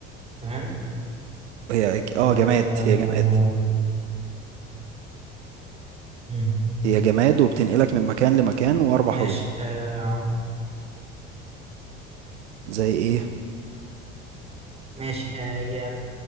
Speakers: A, on the right; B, on the right.
A: تمام
B: هي اه
A: آه
B: جماد هي جماد
A: و مم.
B: هي جماد وبتنقلك من مكان لمكان واربع حروف
A: ماشي آه
B: زي ايه
A: ماشي آه هي